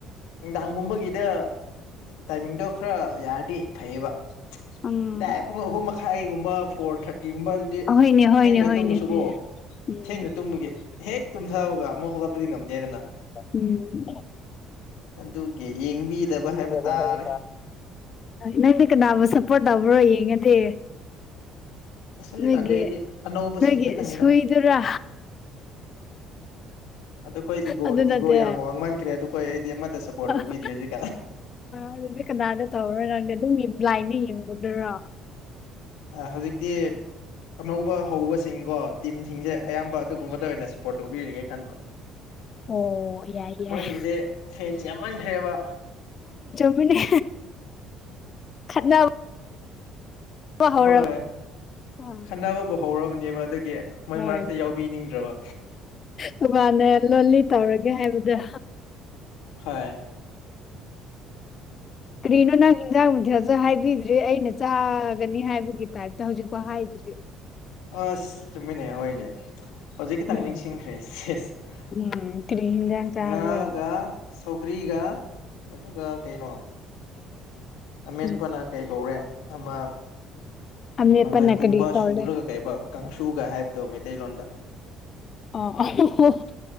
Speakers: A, on the left; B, on the left.
A: ꯅꯨꯡꯗꯥꯡꯒꯨꯝꯕꯒꯤꯗ ꯇꯥꯏꯃꯤꯡꯗꯣ ꯈꯔ ꯌꯥꯔꯗꯤ ꯐꯩꯌꯦꯕ
B: ꯎꯝ
A: ꯀꯥꯏ ꯄꯨꯡ ꯑꯍꯨꯝ ꯃꯈꯥꯏꯒꯨꯝꯕ ꯐꯣꯔ ꯊꯥꯔꯇꯤꯒꯨꯝꯕ ꯑꯗꯨꯗꯤ
B: ꯍꯣꯏꯅꯦ ꯍꯣꯏꯅꯦ
A: ꯊꯦꯡꯅ
B: ꯍꯣꯏꯅꯦ
A: ꯇꯨꯝꯃꯁꯨꯀꯣ
B: ꯍꯣꯏꯅꯦ ꯎꯝ
A: ꯊꯦꯡꯅ ꯇꯨꯝꯕꯒꯤ ꯍꯦꯛ ꯇꯨꯝꯊꯕꯒ ꯑꯃꯨꯛ ꯍꯧꯒꯠꯄꯗꯤ ꯉꯝꯗꯦꯗꯅ
B: ꯎꯝ <unintelligible>
A: ꯑꯗꯨꯒꯤ ꯌꯦꯡꯕꯤꯗꯕ ꯍꯥꯏꯕ
B: ꯍꯣꯏ
A: ꯇꯥꯔꯦ
B: ꯍꯣꯏ ꯅꯪꯗꯤ ꯀꯅꯥꯕꯨ ꯁꯞꯄꯣꯔꯠ ꯇꯧꯕ꯭ꯔꯣ ꯌꯦꯡꯉꯗꯤ
A: ꯑꯁ ꯍꯧꯖꯤꯛꯀꯥꯟꯗꯤ
B: ꯅꯣꯏꯒꯤ
A: ꯑꯩꯗꯤ ꯑꯅꯧꯕꯁꯤꯡ
B: ꯅꯣꯏꯒꯤ
A: ꯈꯇꯪꯅꯤꯗ
B: ꯁꯨꯏꯗꯨꯔꯥ
A: ꯑꯗꯣ ꯑꯩꯈꯣꯏ ꯏꯒꯣ
B: ꯑꯗꯨ ꯅꯠꯇꯦ
A: ꯏꯒꯣ ꯌꯥꯝ ꯋꯥꯡꯃꯟꯈ꯭ꯔꯦ ꯑꯗꯣ ꯑꯩꯈꯣꯏ ꯑꯩꯗꯤ ꯑꯃꯠꯇ ꯁꯞꯄꯣꯔꯠ ꯇꯧꯕꯤꯗ꯭ꯔꯦ
B: ꯑ,
A: ꯍꯧꯖꯤꯛ
B: ꯑꯗꯨꯗꯤ ꯀꯅꯥꯗ ꯇꯧꯔꯣꯏ ꯅꯪꯗꯤ ꯑꯗꯨꯝ ꯕ꯭ꯂꯥꯏꯟꯗ ꯌꯦꯡꯕꯗꯨꯔꯣ
A: ꯍꯧꯖꯤꯛꯇꯤ ꯑꯅꯧꯕ ꯍꯧꯕꯁꯤꯡꯀꯣ ꯇꯤꯝꯁꯤꯡꯁꯦ ꯑꯌꯥꯝꯕ ꯑꯗꯨꯒꯨꯝꯕꯗ ꯑꯣꯏꯅ ꯁꯄꯣꯔꯠ ꯇꯧꯕꯤꯔꯒꯦ ꯈꯟꯕ
B: ꯑꯣ ꯌꯥꯏ ꯌꯥꯏ
A: ꯃꯣꯏꯁꯤꯡꯁꯦ ꯐꯦꯟꯁ ꯌꯥꯝꯃꯟꯈ꯭ꯔꯦꯕ
B: ꯍꯣꯏꯅꯦ ꯈꯠꯅꯕ ꯍꯧꯔꯕ
A: ꯍꯣꯏ
B: ꯑ,
A: ꯈꯠꯅꯕꯕꯨ ꯍꯧꯔꯕꯅꯦꯕ ꯑꯗꯨꯒꯤ ꯃꯣꯏ
B: ꯍꯣꯏ
A: ꯃꯔꯛꯇ ꯌꯥꯎꯕꯤꯅꯤꯡꯗ꯭ꯔꯕ
B: ꯑꯗꯨ ꯃꯅꯦ ꯂꯣꯂꯤ ꯇꯧꯔꯒꯦ ꯍꯥꯏꯕꯗ
A: ꯍꯣꯏ <inaudible>
B: ꯀꯔꯤꯅꯣ ꯅꯪ ꯍꯦꯟꯖꯥꯡ ꯃꯊꯦꯜꯁꯨ ꯍꯥꯏꯕꯤꯗ꯭ꯔꯤ ꯑꯩꯅ ꯆꯥꯒꯅꯤ ꯍꯥꯏꯕꯒꯤ ꯇꯥꯏꯞꯇ ꯍꯧꯖꯤꯛꯐꯥꯎ ꯍꯥꯏꯗ꯭ꯔꯤ
A: ꯑꯁ ꯆꯨꯝꯃꯤꯅꯦ ꯍꯣꯏꯅꯦ ꯍꯧꯖꯤꯛ ꯈꯤꯇꯪ
B: ꯎꯝ
A: ꯅꯤꯡꯁꯤꯡꯈ꯭ꯔꯦ ꯁꯦꯁ
B: ꯎꯝ ꯀꯔꯤ ꯍꯤꯟꯖꯥꯡ ꯆꯥꯕ꯭ꯔꯣ
A: ꯉꯥꯒ ꯁꯧꯒ꯭ꯔꯤꯒ ꯑꯗꯨꯒ ꯀꯩꯅꯣ ꯑꯃꯦꯠꯄꯅ
B: ꯎꯝ
A: ꯀꯩ ꯀꯧꯔꯦ ꯑꯃ
B: ꯑꯃꯦꯠꯄꯅ
A: ꯃꯪꯒꯟꯒꯨꯝꯕ
B: ꯀꯔꯤ ꯀꯧꯔꯦ
A: ꯁꯨꯔꯒ ꯀꯩꯕ ꯀꯥꯡꯁꯨꯒ ꯍꯥꯏꯕꯗꯣ ꯃꯩꯇꯩꯂꯣꯟꯗ
B: ꯑꯣ